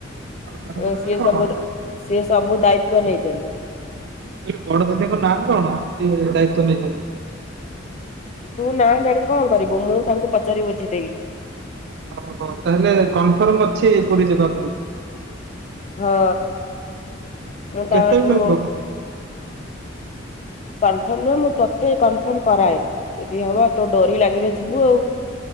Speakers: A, on the right (about 60°); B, on the left (about 35°).
A: ତାଙ୍କ
B: ଅଁ
A: ନାଁ
B: ସିଏ
A: କଣ?
B: ସବୁ
A: ମୁଁ
B: ସି ସବୁ ଦାୟିତ୍ୱ ନେଇଚନ୍ତି।
A: କହିଲି ବଡ ଦିଦି ଙ୍କ ନାଁ କଣ ସେ ଦାୟିତ୍ୱ ନେଇଚନ୍ତି?
B: ତୁ ନା ଜାଣି କଣ କରିବୁ ମୁଁ ତାଙ୍କୁ ପଚାରି ବୁଝିଦେବି।
A: ଓ ହୋ ତାହେଲେ କନଫର୍ମ ଅଛି ପୁରୀ ଯିବା ପାଇଁ।
B: ହଁ ମୁଁ
A: ଆଉ
B: ତାଙ୍କଠାରୁ
A: କେତେବେଳେ ଯିବ ପୁରୀ?
B: କନଫର୍ମ ନୁହଁ ମୁଁ ତତେ କନଫର୍ମ କରାଏ ଯଦି ହବ ତୋ ଡୋରି ଲାଗିଲେ ଯିବୁ ଆଉ।